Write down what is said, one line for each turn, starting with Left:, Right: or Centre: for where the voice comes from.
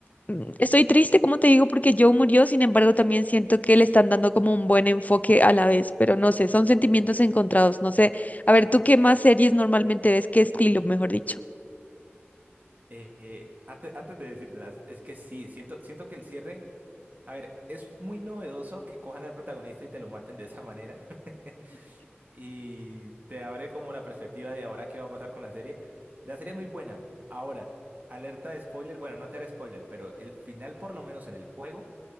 Left: mm, Estoy triste, como te digo, porque Joe murió, sin embargo, también siento que le están dando como un buen enfoque a la vez, pero no sé, son sentimientos encontrados, no sé. A ver, ¿tú qué más series normalmente ves? ¿Qué estilo, mejor dicho?
Right: Eh, eh, antes, antes de decírtelas, es que sí, siento, siento que el cierre. A ver, es muy novedoso que cojan al protagonista y te lo maten de esa manera. <laughs> Y te abre como la perspectiva de ahora qué va a pasar con la serie. La serie es muy buena. Ahora, alerta de spoiler. Bueno, no te haré spoiler, pero el final, por lo menos en el juego,